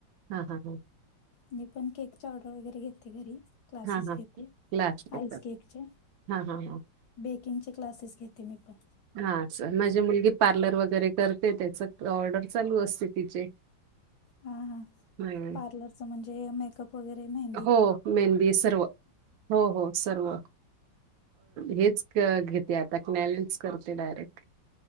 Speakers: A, on the right; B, on the left.
A: हा हा हा
B: मी पण केकचा ऑर्डर वगैरे घेते घरी क्लासेस
A: हां, हां.
B: घेते
A: क्लास घेतात.
B: आईस केकचे
A: हां, हां, हां.
B: बेकिंगचे क्लासेस घेते मी पण
A: हा स माझी मुलगी पार्लर वगैरे करते त्याच ऑर्डर चालू असते तिचे
B: हा हा
A: हं.
B: पार्लरच म्हणजे मेकअप पैरे म
A: हो मेहंदी सर्व हो हो सर्व हेच घेते आता क्ॅलच करते डायरेक्ट